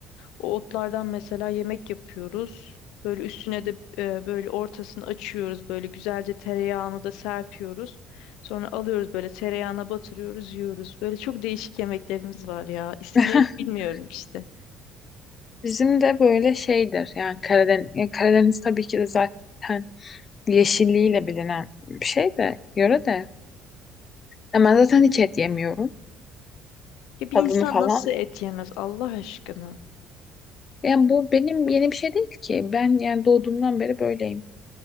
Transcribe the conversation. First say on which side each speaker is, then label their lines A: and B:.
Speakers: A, on the left; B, on the left.
A: O otlardan mesela yemek yapıyoruz. Böyle üstüne de e, böyle ortasını açıyoruz. Böyle güzelce tereyağını da serpiyoruz. Sonra alıyoruz böyle tereyağına batırıyoruz, yiyoruz. Böyle çok değişik yemeklerimiz var ya. İsimlerini
B: <laughs>
A: bilmiyorum işte.
B: Bizim de böyle şeydir. Yani Karadeniz, yani Karadeniz tabii ki de zaten yeşilliğiyle bilinen bir şey de, yöre de. Ama zaten hiç et yemiyorum.
A: Ya bir
B: tadını
A: insan
B: falan.
A: nasıl et yemez Allah aşkına?
B: Yani bu benim yeni bir şey değil ki. Ben yani doğduğumdan beri böyleyim.